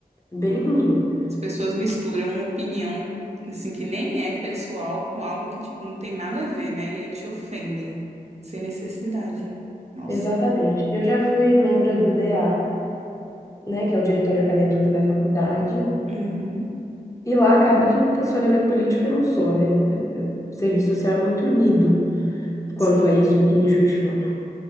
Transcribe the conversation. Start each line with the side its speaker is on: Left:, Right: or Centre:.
Left: Bem ruim.
Right: As pessoas misturam uma opinião, assim, que nem é pessoal com algo que, tipo, não tem nada a ver, né? E aí te ofendem, sem necessidade. Nossa.
Left: Exatamente. Eu já fui membro do DA, né, que é o diretor acadêmico da minha faculdade.
Right: Uhum.
Left: E lá acaba que o posicionamento político é um só, né? É, é, O serviço social é muito unido quanto
Right: Sim,
Left: a isso aqui em Juiz de Fora.